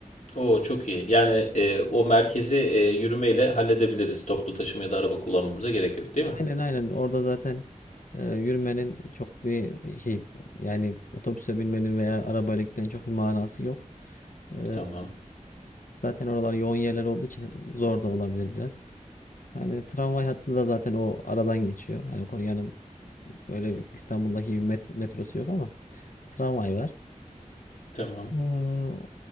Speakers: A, on the left; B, on the left.
A: Oo çok iyi. Yani e, o merkezi e, yürümeyle halledebiliriz. Toplu taşıma ya da araba kullanmamıza gerek yok, değil
B: Aynen
A: mi?
B: aynen orada zaten e, yürümenin çok bir şey yani otobüse binmenin veya arabayla gitmenin çok bir manası yok. E,
A: Tamam.
B: zaten oralar yoğun yerler olduğu için zor da olabilir biraz. Hani tramvay hattı da zaten o aradan geçiyor. Hani Konya'nın böyle İstanbul'daki gibi met- metrosu yok ama tramvay var.
A: Tamam.
B: E,